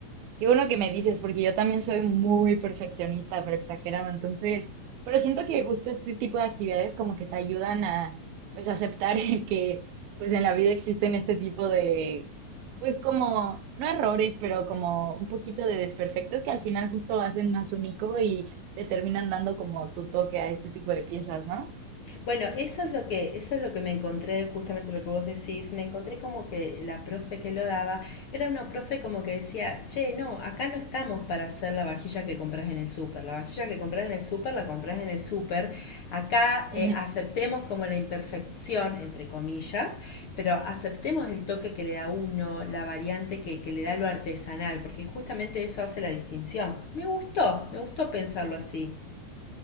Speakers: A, on the right (about 85°); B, on the left (about 55°).
A: Qué bueno que me dices, porque yo también soy muy perfeccionista, pero exagerado. Entonces, pero siento que justo este tipo de actividades como que te ayudan a, pues, aceptar <laughs> que, pues, en la vida existen este tipo de, pues, como, no errores, pero como un poquito de desperfectos que al final justo hacen más único y te terminan dando como tu toque a este tipo de piezas, ¿no?
B: Bueno, eso es lo que, eso es lo que me encontré, justamente lo que vos decís, me encontré como que la profe que lo daba era una profe como que decía, che, no, acá no estamos para hacer la vajilla que compras en el súper, la vajilla que compras en el súper la compras en el súper, acá
A: <laughs>
B: eh, aceptemos como la imperfección, entre comillas, pero aceptemos el toque que le da uno, la variante que, que le da lo artesanal, porque justamente eso hace la distinción. Me gustó, me gustó pensarlo así.